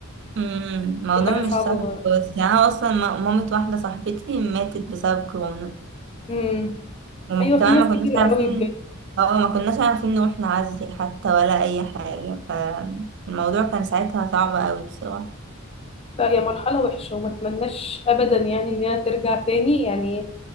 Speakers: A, on the right; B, on the left.
A: مم، الموضوع
B: دي حاجه
A: مش
B: صعبه
A: سهل
B: برضه
A: بس يعني انا اصلا م- مامة واحده صاحبتي ماتت بسبب كورونا
B: امم
A: وما
B: ايوه
A: كمان
B: في ناس
A: ما
B: كتير
A: كناش عارفين
B: قوي بجد
A: اه ما كناش عارفين نروح نعزي حتى ولا أي حاجة فالموضوع كان ساعتها صعب أوي بصراحة
B: لا هي مرحلة وحشة وما اتمناش ابدا يعني ان هي ترجع تاني يعني